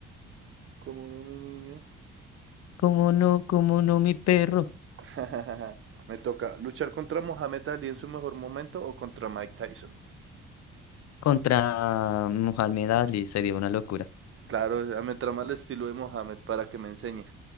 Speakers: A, on the right; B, on the left.
A: como no mi niño.
B: ¿Cómo no? ¿Cómo no, mi perro?
A: <laughs> Me toca luchar contra Mohamed Ali en su mejor momento o contra Mike Tyson.
B: Contra Mohamed Ali sería una locura.
A: Claro, me trama el estilo de Mohamed para que me enseñe.